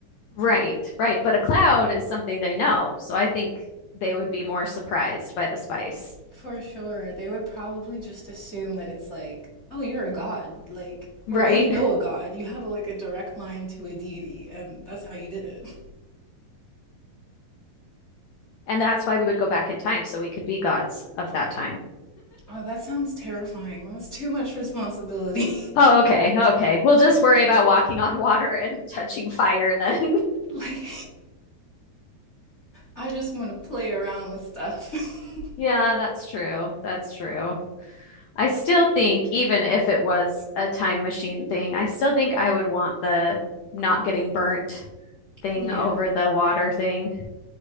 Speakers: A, on the left; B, on the left.
A: Right, right. But a cloud is something they know. So I think they would be more surprised by the spice,
B: <laughs> For sure. They would probably just assume that it's like, oh, you're a god. Like,
A: right?
B: or you know
A: <laughs>
B: a god. You have like a direct line to a deity, and that's how you did it.
A: And that's why we would go back in time so we could be gods of that time.
B: Oh, that sounds terrifying. That's too much responsibility.
A: Oh, okay. Okay. We'll just worry about walking on water and <laughs> touching fire then. <laughs>
B: <laughs> like, I just want to play around with stuff.
A: Yeah,
B: <laughs>
A: that's true. That's true. I still think, even if it was a time machine thing, I still think I would want the not getting burnt thing
B: yeah,
A: over the water thing.